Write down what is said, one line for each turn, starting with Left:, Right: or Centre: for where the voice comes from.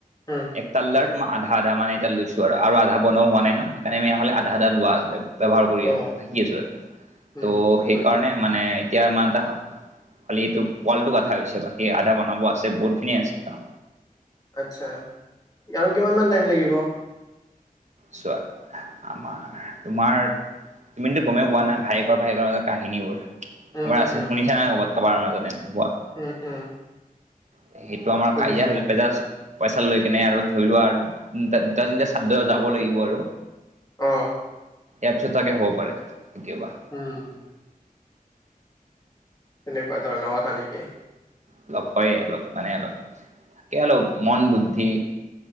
Left: উম
Right: এক তাল্লাৰ তোমা আধা আধা মানে এতিয়া লৈছো আৰু আধা বনোৱা হোৱা নাই নহয় সেইকাৰণে হলে আধা আধা লোৱা ব্যৱহাৰ কৰি
Left: অ
Right: আছো থাকি আছো ইয়াতে
Left: উম
Right: ত'
Left: উম,
Right: সেইকাৰণে
Left: বুজ-
Right: মানে এতিয়া ইমান এটা খালি এইটো ওৱালটো গাথা হৈছে বাকী আধা বনাব আছে বহুত খিনিয়ে আছে কাম
Left: আচ্ছা আৰু কিমান মান টাইম লাগিব
Right: চোৱা আমাৰ তোমাৰ তুমিতো গমেও পোৱা নাই ভায়েকৰ ভায়েকৰ মাজৰ কাহিনীবোৰ কোনোবা
Left: উম উম
Right: আছে
Left: উম
Right: শুনিছা নাই ক'ৰবাত কাৰোবাৰ মাজত এনেকে হোৱা
Left: উম উম।
Right: সেইটো আমাৰ
Left: শুনিছো
Right: কাজিয়া হৈ পেজাছ। পইচা লৈ কেনে আৰু ধৰি লোৱা দুটা তিনিটা চাদ যাব লাগিব আৰু।
Left: অ।
Right: এপছ এটাকে হ'ব পাৰে তিয়াবা।
Left: উম। তেনেকুৱা ধৰণৰ কথা নেকি।
Right: অলপ হয়ে অলপ মানে অলপ তাকে অলপ মন্দ বুদ্ধি।